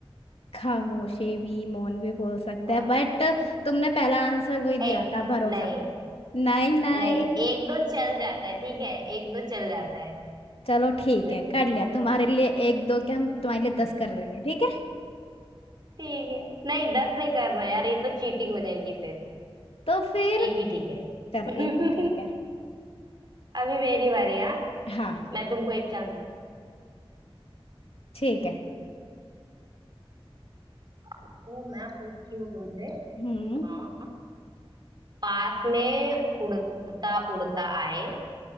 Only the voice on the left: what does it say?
खामोशी भी मौन भी बोल सकते
हैं बट तुमने पहला आंसर वही
दिया था भरोसा
नहीं नहीं
चलो ठीक है
कर लिया तुम्हारे लिए एक दो के हम तुम्हारे लिए दस कर देंगे ठीक है
तो फिर
चलो एक है ठीक
है
हाँ
ठीक है
हम्म